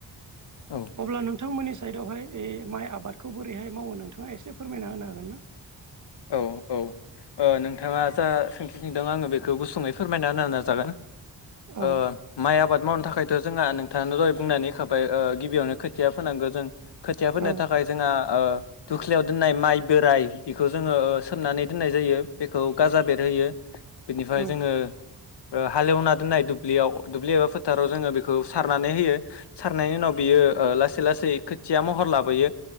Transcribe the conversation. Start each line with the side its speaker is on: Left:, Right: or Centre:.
Left: औ
Right: अब्ला नों थांमोननि साइदआवहाय इ माइ आबादखौ बोरैहाय मावो नोंथाङा एसे फोरमायना होनो हागोन ना?
Left: औ औ ओ नोंथाङा जा सोंथि सोंदों आङो बेखौ गुसुङै फोरमायना होनो नाजागोन ओ
Right: औ
Left: माइ आबाद मावनो थाखाय थ' जोंहा नोंथाङानो दहाय बुंनानै होखाबाय ओ गिबियावनो खोथिया फोनांगो जों, खोथिया फोनो
Right: नंगौ
Left: थाखाय जोंहा ओ दुख्लियाव दोननाय माइ बोराय बे बेखौ जोङो ओ सोमनानै दोननाय जायो, बेखौ गाजा बेरहोयो, बिनिफ्राय
Right: औ
Left: जोङो ओ हालेवना दोननाय दुब्लियाव, दुब्लि एबा फोथाराव जोङो बेखौ सारनानै होयो, सारनायनि उनाव बियो ओ ओ लासै लासै खोथिया महर लाबोयो